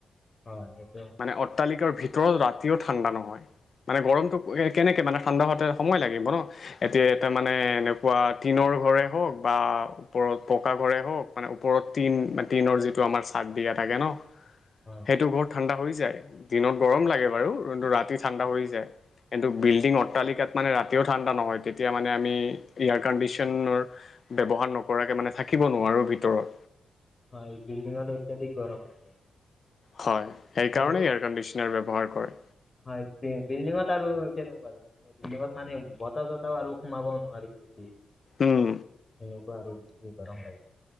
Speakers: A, on the left (about 30°); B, on the left (about 55°).
A: হয় সেইটোৱে হয়
B: মানে অট্টালিকাৰ ভিতৰত ৰাতিও ঠাণ্ডা নহয় মানে গৰমটো কেনেকে মানে ঠাণ্ডা হতে সময় লাগিব ন এতিয়া এটা মানে এনেকুৱা টিনৰ ঘৰে হওক বা ওপৰত পকা ঘৰে হওক মানে ওপৰত টিন টিনৰ যিটো আমাৰ চাট দিয়া থাকে ন
A: হয়
B: সেইটো ঘৰত ঠাণ্ডা হৈ যায় দিনত গৰম লাগে বাৰু কিন্তু ৰাতি ঠাণ্ডা পৰি <unintelligible> যায় কিন্তু বিল্ডিং অট্টালিকাত মানে ৰাতিও ঠাণ্ডা নহয় তেতিয়া মানে আমি এয়াৰ কাণ্ডিশ্যনৰ ব্যৱহাৰ নকৰাকে মানে থাকিব নোৱাৰোঁ ভিতৰত
A: হয় বিল্ডিংটো অত্যন্তিক <unintelligible> গৰম হয়
B: হয় <inaudible>
A: আৰু
B: এয়াৰ কণ্ডিচনাৰ ব্যৱহাৰ কৰে
A: হয় বি বিল্ডিঙত আৰু কেনেকুৱা বিল্ডিংত মানে বতাহ চতাহও আৰু সোমাবও নোৱাৰি নেকি
B: উম
A: এনেকুৱা আৰু বেছি গৰম লাগিব